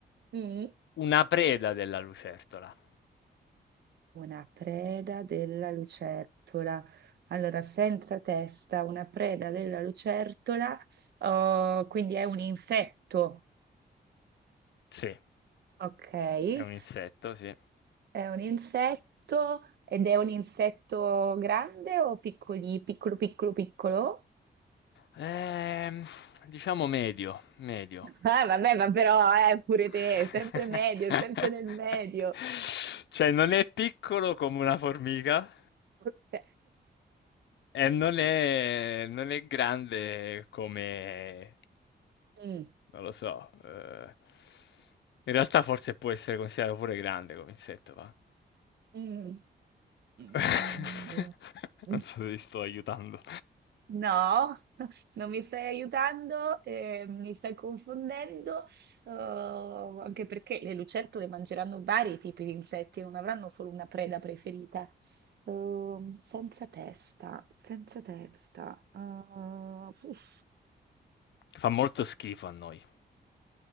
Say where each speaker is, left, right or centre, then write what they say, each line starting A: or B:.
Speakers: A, on the right (about 65°); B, on the left (about 85°).
A: mm,
B: una preda della lucertola.
A: una preda della lucertola. Allora, senza testa, una preda della lucertola, oh, quindi è un insetto,
B: Sì,
A: ok?
B: è un insetto, sì.
A: È un insetto ed è un insetto grande o piccoli, piccolo, piccolo, piccolo?
B: Ehm, diciamo medio, medio.
A: Ah, vabbè, ma però eh, pure
B: <laughs>
A: te, è sempre medio, è sempre nel medio.
B: Cioè, non è piccolo come una formica.
A: Ok.
B: Eh, non è, non è grande come,
A: Mm,
B: non lo so, eh, in realtà forse può essere considerato pure grande come insetto, va.
A: mm, mm, mm.
B: <laughs>
A: mm.
B: Non so se ti sto aiutando.
A: No, <laughs> non mi stai aiutando, eh, mi stai confondendo, oh, anche perché le lucertole mangeranno vari tipi di insetti, non avranno solo una preda preferita. Ehm, senza testa, senza testa. Ah, uff,
B: Fa molto schifo a noi.